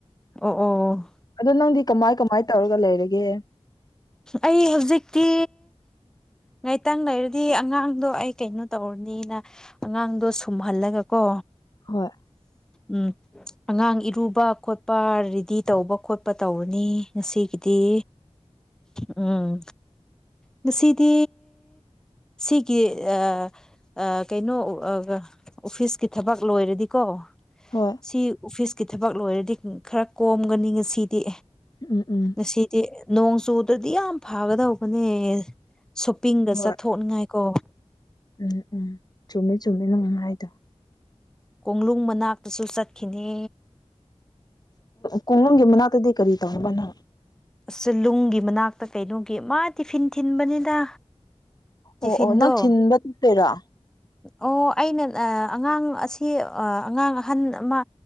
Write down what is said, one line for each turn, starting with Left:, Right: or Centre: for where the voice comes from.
Centre: ꯑꯣ ꯑꯣ ꯑꯣ
Left: ꯑꯗꯣ ꯅꯪꯗꯤ ꯀꯃꯥꯏ ꯀꯃꯥꯏ ꯇꯧꯔꯒ ꯂꯩꯔꯒꯦ
Centre: ꯑꯩ ꯍꯧꯖꯤꯛꯇꯤ ꯉꯥꯏꯇꯪ ꯂꯩꯔꯗꯤ ꯑꯉꯥꯡꯗꯣ ꯑꯩ ꯀꯩꯅꯣ ꯇꯧꯔꯅꯤꯅ ꯑꯉꯥꯡꯗꯣ ꯁꯨꯝꯍꯜꯂꯒꯀꯣ
Left: ꯍꯣꯏ
Centre: ꯎꯝ ꯑꯉꯥꯡ ꯏꯔꯨꯕ ꯈꯣꯠꯄ ꯔꯦꯗꯤ ꯇꯧꯕ ꯈꯣꯠꯄ ꯇꯧꯔꯅꯤ ꯉꯁꯤꯒꯤꯗꯤ ꯎꯝ ꯉꯁꯤꯗꯤ ꯁꯤꯒꯤ ꯑꯥ ꯑꯥ ꯀꯩꯅꯣ ꯑꯣꯐꯤꯁꯀꯤ ꯊꯕꯛ ꯂꯣꯏꯔꯗꯤꯀꯣ
Left: ꯍꯣꯏ
Centre: ꯁꯤ ꯑꯣꯐꯤꯁꯀꯤ ꯊꯕꯛ ꯂꯣꯏꯔꯗꯤ ꯈꯔ ꯀꯣꯝꯒꯅꯤ ꯉ ꯁꯤꯗꯤ
Left: ꯎꯝ ꯎꯝ
Centre: ꯉꯁꯤꯗꯤ ꯅꯣꯡ ꯆꯨꯗ꯭ꯔꯗꯤ ꯌꯥꯝ ꯐ ꯐꯥꯒꯗꯧꯕꯅꯦ ꯁꯣꯄꯤꯡꯗ
Left: ꯍꯣꯏ
Centre: ꯆꯠꯊꯣꯛꯅꯤꯉꯥꯏꯀꯣ
Left: ꯎꯝ ꯎꯝ ꯆꯨꯝꯃꯦ ꯆꯨꯝꯃꯦ ꯅꯪ ꯍꯥꯏꯥꯏꯗꯣ
Centre: ꯀꯣꯅꯨꯡ ꯃꯅꯥꯛꯇꯁꯨ ꯆꯠꯈꯤꯅꯦ
Left: ꯈꯨꯡꯅꯨꯡꯪꯒꯤ ꯃꯅꯥꯛꯇꯗꯤ ꯀꯔꯤ ꯇꯧꯅꯕꯅꯣꯟ ꯅ
Centre: ꯑꯁ ꯆꯤꯂꯨꯡꯒꯤ ꯃꯅꯥꯛꯇ ꯀꯩꯅꯣꯒꯤ ꯃꯥ ꯇꯤꯐꯤꯟ ꯊꯤꯟꯕꯅꯤꯗ ꯇꯤꯐꯤꯟꯗꯣ
Left: ꯑꯣ ꯑꯣ ꯅꯪ ꯊꯤꯟꯕ ꯆꯠꯇꯣꯏꯔꯥ
Centre: ꯑꯣ ꯑꯩꯅ ꯑꯉꯥꯡ ꯑꯁꯤ ꯑꯉꯥꯡ ꯑꯍꯟ ꯑꯃ